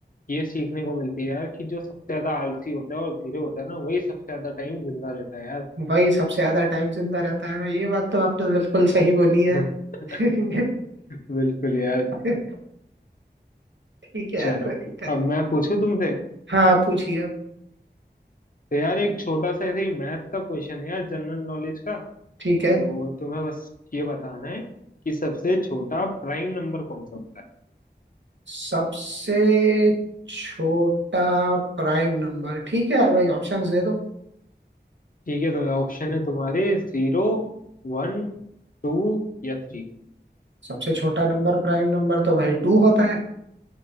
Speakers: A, on the left; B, on the right.
A: ये सीखने को मिलती है यार कि जो सबसे ज्यादा आलसी होता है और धीरे होता है ना वही सबसे ज्यादा टाइम जिंदा रहता है यार
B: भाई सबसे ज्यादा टाइम जिंदा रहता है भाई ये बात तो आपने बिल्कुल सही बोली है
A: <laughs>
B: <laughs>
A: बिल्कुल यार
B: ठीक है यार
A: चलो
B: कोई दिक्कत
A: अब
B: नहीं
A: मैं पूछूं तुमसे
B: हाँ आप पूछिए अब।
A: तो यार एक छोटा सा ऐसे ही मैथ का क्वेश्चन है यार जनरल नॉलेज का
B: ठीक है
A: तो तुम्हें बस ये बताना है कि सबसे छोटा प्राइम नंबर कौन सा होता है
B: सबसे छोटा प्राइम नंबर ठीक है यार भाई ऑप्शंस दे दो
A: ठीक है तो ऑप्शन है तुम्हारे जीरो वन टू या थ्री
B: सबसे छोटा नंबर प्राइम नंबर तो भाई टू होता है